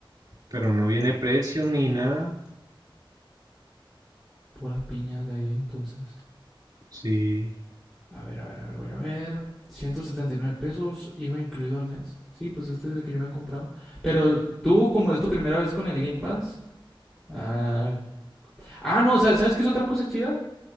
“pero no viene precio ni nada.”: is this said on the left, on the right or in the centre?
Right